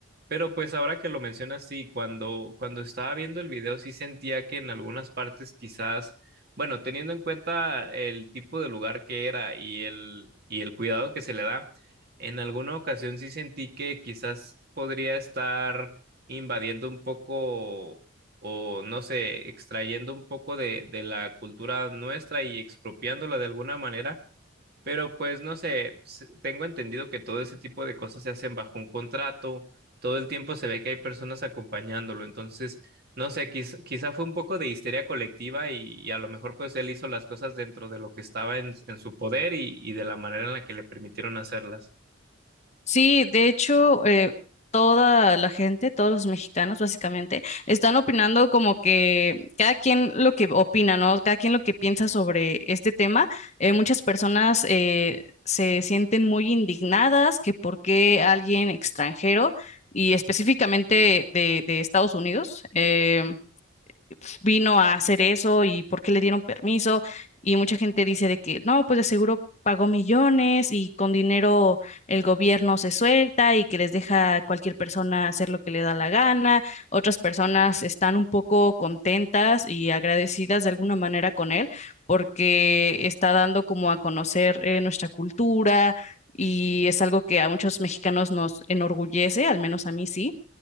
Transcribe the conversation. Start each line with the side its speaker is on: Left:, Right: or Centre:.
Right: Pero pues ahora que lo mencionas, sí, cuando, cuando estaba viendo el video sí sentía que en algunas partes quizás, bueno, teniendo en cuenta el tipo de lugar que era y el, y el cuidado que se le da, en alguna ocasión sí sentí que quizás podría estar invadiendo un poco o no sé, extrayendo un poco de, de la cultura nuestra y expropiándola de alguna manera pero pues no sé, s- tengo entendido que todo ese tipo de cosas se hacen bajo un contrato, todo el tiempo se ve que hay personas acompañándolo, entonces no sé, quiz- quizá fue un poco de histeria colectiva y, y a lo mejor pues él hizo las cosas dentro de lo que estaba en, en su poder y, y de la manera en la que le permitieron hacerlas.
Left: Sí, de hecho, eh, toda la gente, todos los mexicanos básicamente, están opinando como que cada quien lo que opina, ¿no? Cada quien lo que piensa sobre este tema. Eh, muchas personas eh, se sienten muy indignadas que por qué alguien extranjero y específicamente de, de Estados Unidos em, vino a hacer eso y por qué le dieron permiso. Y mucha gente dice de que no, pues de seguro pagó millones y con dinero el gobierno se suelta y que les deja a cualquier persona hacer lo que le da la gana. Otras personas están un poco contentas y agradecidas de alguna manera con él porque está dando como a conocer eh, nuestra cultura. Y es algo que a muchos mexicanos nos enorgullece, al menos a mí sí.